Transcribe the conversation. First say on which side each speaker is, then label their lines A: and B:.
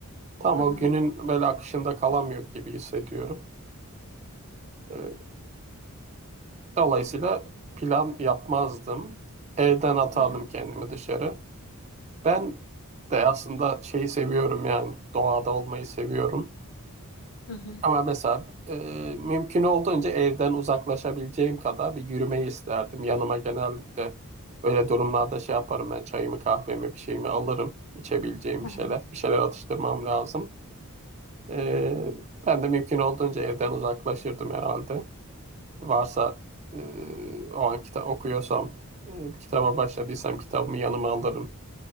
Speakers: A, on the right; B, on the left.
A: Tam
B: Hı
A: o
B: hı.
A: günün böyle akışında kalamıyor gibi hissediyorum. E, Dolayısıyla plan yapmazdım. Evden atardım
B: Hı hı.
A: kendimi dışarı. Ben de aslında şeyi seviyorum yani doğada olmayı seviyorum.
B: Hı hı.
A: Ama mesela e, mümkün olduğunca evden uzaklaşabileceğim kadar bir yürümeyi isterdim. Yanıma genellikle böyle durumlarda şey yaparım ben çayımı kahvemi bir şeyimi alırım. içebileceğim
B: Hı
A: bir
B: hı.
A: şeyler. Bir şeyler atıştırmam lazım. E, ben de mümkün olduğunca evden uzaklaşırdım herhalde. Varsa e, o an kitap okuyorsam, e, kitaba başladıysam kitabımı yanıma alırım.